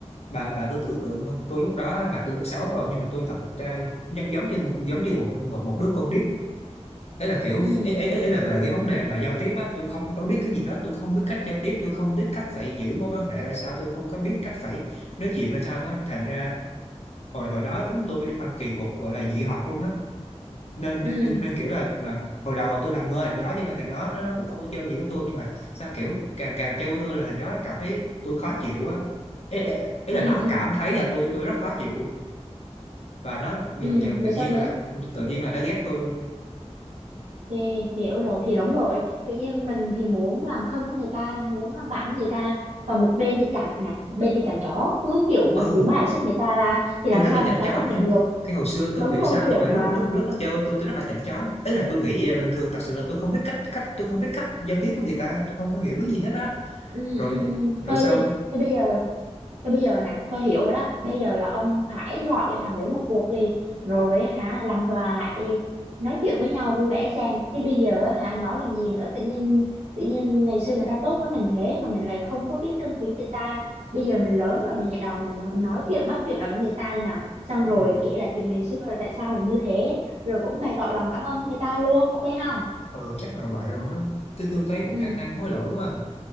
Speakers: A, on the left; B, on the right.
A: bà bà cứ tưởng tượng không tôi lúc đó là tôi lớp 6 rồi nhưng mà tôi thật ra giống giống như giống như một một, một đứa con nít ấy là kiểu
B: ừ
A: ấy, ấy, ấy ấy là về cái vấn đề mà giao tiếp á tôi không tôi biết cái gì hết tôi không biết cách giao tiếp tôi không biết cách phải giữ mối quan hệ ra sao tôi không có biết cách phải nói chuyện ra sao á thành ra hồi hồi đó chúng tôi rất là kỳ cục gọi là dị học luôn á nên
B: ừ
A: nên nên, nên kiểu là, là hồi đầu là tôi làm người thằng đó cho nên thằng đó nó, nó cũng không có chơi nhiều với tôi nhưng mà sao kiểu càng càng chơi với tôi là thằng đó nó cảm thấy tôi khó chịu á ấy, ấy, ấy
B: ừ
A: là nó
B: ừ
A: cảm thấy là tôi tôi rất khó chịu và nó dần
B: ừ
A: dần
B: rồi
A: tự nhiên
B: sao nữa
A: là tự nhiên là nó ghét tôi luôn
B: Ok, hiểu rồi thì đúng rồi tự nhiên mình thì muốn làm thân với người ta muốn làm bạn với người ta còn một bên thì chảnh nè một bên thì chảnh chó cứ kiểu mà
A: ừ
B: cứ bài xích người ta ra thì
A: tôi
B: làm
A: rất
B: sao
A: là chảnh
B: người ta
A: chó
B: chấp nhận
A: nha
B: được
A: cái hồi xưa tôi
B: đúng
A: không hiểu
B: rồi
A: sao
B: kiểu
A: nhưng mà lúc
B: mà
A: lúc lúc nó chơi với tôi tôi rất là chảnh chó ấy là tôi nghĩ vậy là bình thường thật sự là tôi không biết cách cách tôi không biết cách giao tiếp với người ta tôi không có hiểu cái gì hết á
B: ừ,
A: rồi
B: ừ, ừ.
A: rồi
B: thôi
A: sau
B: bây thôi bây giờ Thế bây giờ nè, tao hiểu rồi đó. Bây giờ là ông phải gọi cho thằng đấy một cuộc đi. Rồi á hả, làm hòa lại đi. Nói chuyện với nhau vui vẻ xem. Chứ bây giờ á hả, nói làm gì nữa. Tự nhiên tự nhiên ngày xưa người ta tốt với mình thế mà mình lại không có biết trân quý người ta. Bây giờ mình lớn rồi, mình dạy đò, mình nói chuyện, bắt chuyện lại với người ta đi nào. Xong rồi
A: ừ,
B: kể là chuyện ngày xưa rồi tại sao mình như thế. Rồi cũng bày tỏ lòng cảm ơn người ta luôn. Ok không?
A: ừ chắc là vậy rồi á. tôi tôi thấy cũng
B: Ừ,
A: ăn năn hối lỗi quá à.